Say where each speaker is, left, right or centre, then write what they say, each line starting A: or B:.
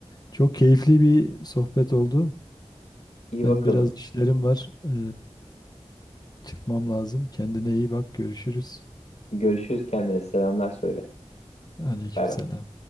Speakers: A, on the left (about 35°); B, on the left (about 75°).
A: Çok keyifli bir sohbet oldu.
B: İyi
A: Ben
B: bakalım.
A: biraz işlerim var. E, çıkmam lazım. Kendine iyi bak. Görüşürüz.
B: Görüşürüz kendine. Selamlar söyle.
A: Aleykümselam.
B: Bay bay.